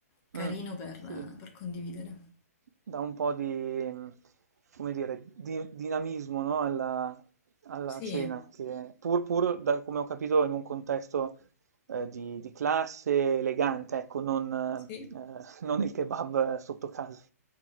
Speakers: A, on the left; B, on the right.
A: carino
B: Mm,
A: per,
B: sì.
A: per condividere.
B: dà un po' di, mhmm, come dire, di dinamismo, no, alla alla
A: Sì,
B: cena, che pur pur da come ho capito in un contesto, ehm, di di classe elegante, ecco, non ehm,
A: sì.
B: non il kebab sotto casa.